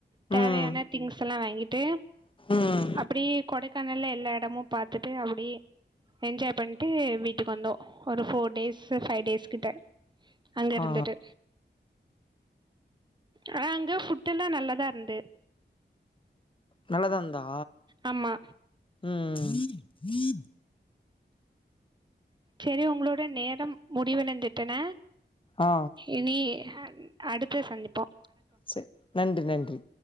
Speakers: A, on the right; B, on the left.
A: தேவையான
B: ம்
A: திங்ஸ் எல்லா வாங்கிட்டு
B: ம்
A: அப்படி கொடைக்கானல்ல எல்லா எடமும் பாத்துட்டு அப்படியே என்ஜாய் பண்ட்டு வீட்டுக்கு வந்தோ ஒரு ஃபோர் டேஸ் ஃபைவ் டேஸ் கிட்ட அங்க இருந்துட்டு
B: ஆ
A: ஆனா அங்க ஃபுட் எல்லா நல்லாதான் இருந்து
B: நல்லதான் இருந்தா
A: ஆமா
B: ம் ம்
A: செரி உங்களோட நேரம் முடிவணந்துட்டன
B: ஆ
A: இனி ஹா அடுத்து சந்திப்போ
B: சரி நன்றி நன்றி